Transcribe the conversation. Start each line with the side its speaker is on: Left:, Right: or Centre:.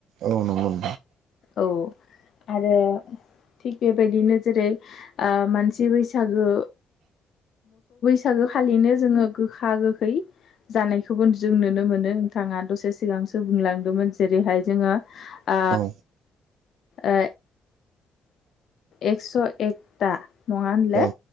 Right: औ नंगौ
Left: औ आरो थिग बेबायदिनो जेरै ओ मानसि बैसागु सागु खालिनो जोङो गोखा, गोखै जानायखौबो जों नुनो मोनो नोंथाङा दसे सिगांसो बुंलांदोंमोन जेरैहाय जोङो आ
Right: औ
Left: ओ एक्स' एकथा नङा होनलाय
Right: औ